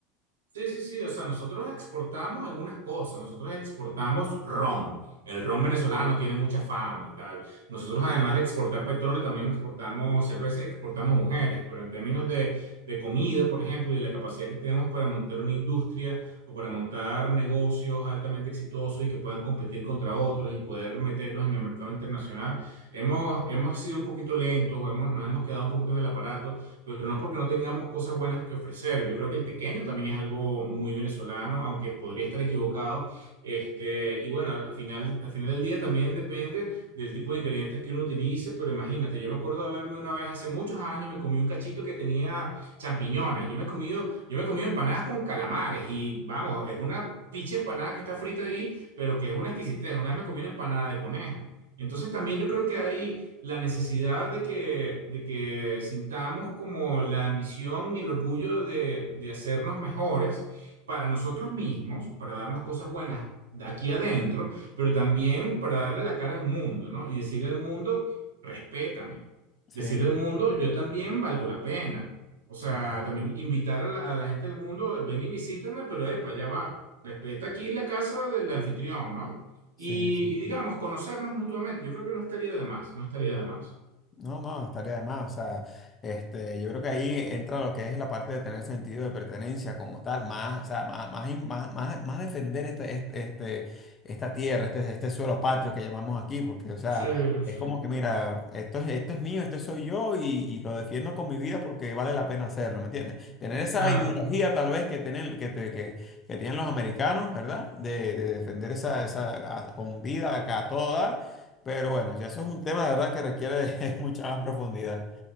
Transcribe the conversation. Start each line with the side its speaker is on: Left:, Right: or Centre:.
Right: Sí, sí, sí, o sea, nosotros exportamos algunas cosas, nosotros exportamos ron, el ron venezolano tiene mucha fama y tal. Nosotros además de exportar petróleo, también exportamos cerveza y exportamos mujeres, pero en términos de, de comida, por ejemplo, y de la capacidad que tenemos para montar una industria o para montar negocios altamente exitosos y que puedan competir contra otros y poder meterlos en el mercado internacional, hemos, hemos sido un poquito lentos o hemos, nos hemos quedado un poquito en el aparato pero no porque no tengamos cosas buenas que ofrecer. Yo creo que el tequeño también es algo muy venezolano, aunque podría estar equivocado. Este, y bueno, al final, al final del día también depende del tipo de ingredientes que uno utilice, pero imagínate, yo me acuerdo de haberme una vez hace muchos años, me comí un cachito que tenía champiñones. Yo me he comido, yo me he comido empanadas con calamares y vamos, es una picha empanada que está frita ahí, pero que es una exquisitez. Una vez me comí una empanada de conejo. Entonces también yo creo que hay la necesidad de que, de que sintamos como la ambición y el orgullo de, de hacernos mejores para nosotros mismos, para darnos cosas buenas de aquí adentro, pero también para darle la cara al mundo, ¿no? Y decirle al mundo, respétame.
Left: Sí,
Right: Decirle al mundo, yo también valgo la pena. O sea,
Left: sí,
Right: también invitar a la, a la gente del mundo, ven y visítame, pero epa, ya va. Respeta aquí la casa del anfitrión, ¿no?
Left: sí,
Right: Y,
Left: sí.
Right: y digamos, conocernos mutuamente, yo creo que no estaría de más, no estaría de más.
Left: No, no, no estaría de más. O sea, este, yo creo que ahí entra lo que es la parte de tener sentido de pertenencia como tal, más, o sea, más, más, in- más, más- más defender este, este, este- esta tierra, este, este suelo patrio que llamamos aquí, porque, o sea,
Right: Sí,
Left: es
Right: sí,
Left: como que, mira, esto es, esto es mío, esto soy yo y, y lo defiendo con mi vida porque vale la pena hacerlo, ¿me entiendes? Tener esa
Right: claro.
Left: ideología tal vez que tienen, que, te- que, que tienen los americanos, ¿verdad? De, de defender esa, esa a- con vida acá a todo dar. Pero bueno, ya eso es un tema de verdad que requiere <laughs> mucha más profundidad.